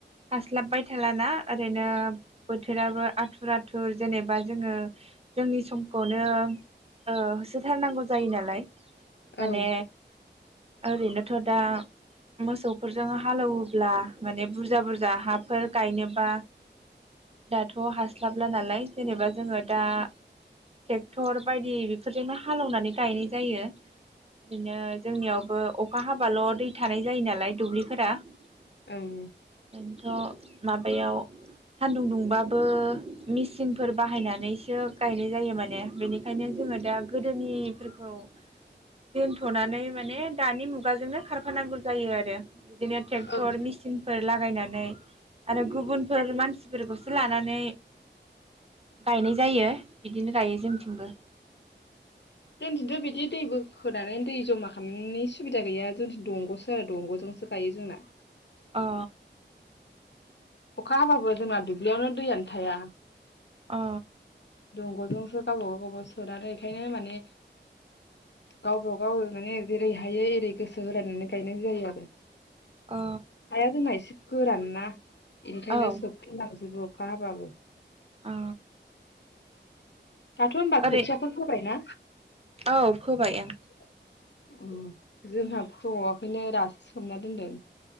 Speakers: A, on the right; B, on the left.
A: हास्लाबबाय थालाना ओरैनो बोथोराबो आथुर आथुर जेनेबा जोङो जोंनि समखौनो ओ होसोथारनांगौ जायो नालाय।
B: औ
A: माने
B: ओं
A: ओरैनोथ' दा मोसौफोरजों हालौवोब्ला माने बुरजा बुरजा हाफोर गायनोबा दाथ' हास्लाबला नालाय जेनेबा जोङो दा ट्रेक्टर बायदि बेफोरजोंनो हालेवनानै गायनाय जायो। ओरैनो जोंनियाव बो अखा हाबाल' दै थानाय जायो नालाय दुब्लि फोरा। बेनथ'
B: ओं
A: माबायाव सान्दुं दुंबाबो मेचिनफोर बाहायनानैसो गायनाय जायो माने बेनिखायनो जोङो दा गोदोनिफोरखौ दोनथ'नानै माने दानि मुगाजोंनो खारफानांगौ जायो आरो। बिदिनो टेक्टर
B: ओं
A: मेसिन फोर लागायनानै आरो गुबुनफोर मानसिफोरखौसो लानानै गायनाय जायो बिदिनो गायो जोंथिंबो
B: जोंथिथ बिदि दै बोखोनानै दै जमा खालामनायनि सुबिदा गैया जों दंगसो आरो दंगजोंसो गायो जोंना
A: अ
B: अखा हाबाबो जोंना दुब्लियावनो दैयानो थाया
A: अ
B: दंगजोंसो गावब गाव गावाव सोनानै बेखायनो माने गावब गाव माने जेरै हायो एरै गोसो होलायनानै गायनाय जायो आरो
A: अ
B: हाया जोंना एसे गोरान ना ओंखायनो
A: औ
B: सोबथनांजोबो अखाहाबाबो
A: अ
B: दाथ होनबा
A: ओरै
B: खोथियाफोर फोबायना
A: औ
B: <inaudible>
A: फोबाय ओं
B: ओम जोंहा फबावाखायनो दासो सोमना दोनदों